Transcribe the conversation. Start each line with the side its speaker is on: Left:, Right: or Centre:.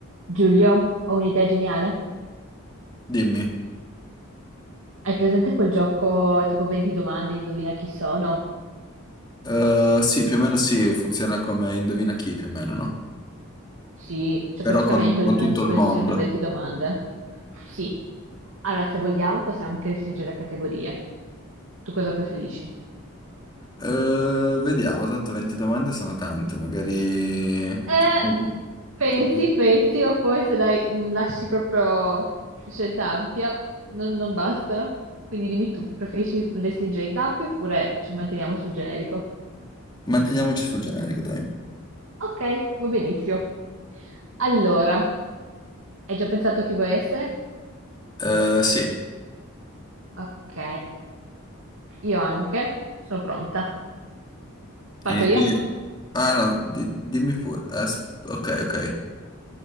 Right: Giulio, ho un'idea geniale.
Left: Dimmi.
Right: Hai presente quel gioco tipo 20 domande, indovina chi sono?
Left: Eh, sì, più o meno sì, funziona come Indovina chi più o meno, no?
Right: Sì, c'è
Left: Però
Right: praticamente
Left: con, con
Right: ognuno
Left: tutto
Right: a disposizione
Left: il mondo.
Right: 20 domande. Sì. Allora, se vogliamo, possiamo anche restringere le categorie. Tu cosa preferisci?
Left: Eh, vediamo, tanto 20 domande sono tante, magari...
Right: Eh,
Left: con qualche-
Right: pensi,
Left: con qualche-
Right: pensi, ma poi se dai, mh, lasci proprio scelta ampia, non, non bastano. Quindi dimmi tu, preferisci restringere i campi oppure ci manteniamo sul generico?
Left: Manteniamoci sul generico, dai.
Right: Ok, va benissimo. Allora, hai già pensato chi vuoi essere?
Left: Eh, sì,
Right: Ok, io anche. Sono pronta. Parto
Left: inizio
Right: io?
Left: io.
Right: Sì.
Left: Ah no, di- dimmi pure. As- ok, ok.